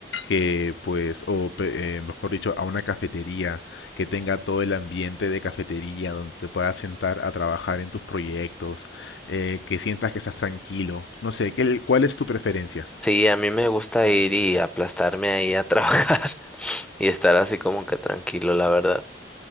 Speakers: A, on the left; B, in the centre.
A: que pues, o pe- eh, mejor dicho, a una cafetería que tenga todo el ambiente de cafetería, donde te puedas sentar a trabajar en tus proyectos, eh, que sientas que estás tranquilo. No sé, ¿qué- cuál es tu preferencia?
B: Sí, a mí me gusta ir y aplastarme ahí a trabajar <laughs> y estar así como que tranquilo, la verdad.